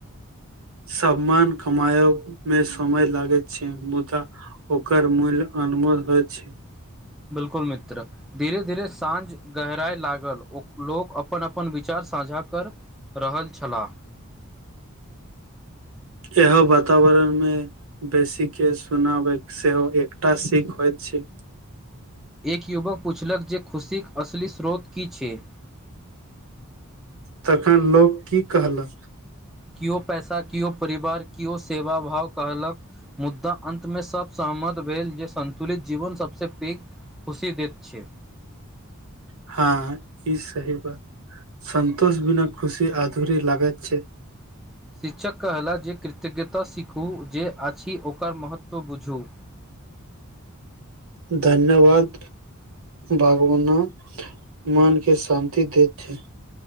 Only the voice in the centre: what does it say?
बिलकुल मित्र धीरे धीरे साँझ गहराई लागल ओ लोक अपन अपन विचार साझा कर रहल छला
एक युवक पुछलक जे खुशीक असली स्रोत की छै <inaudible>
किओ पैसा किओ परिवार किओ सेवा भाव कहलक मुद्दा अन्तमे सब सहमत भेल जे संतुलित जीवन सबसे पैघ खुशी देत छै
शिक्षक कहला जे कृतज्ञता सिखू जे आछि ओकर महत्व बुझू <inaudible>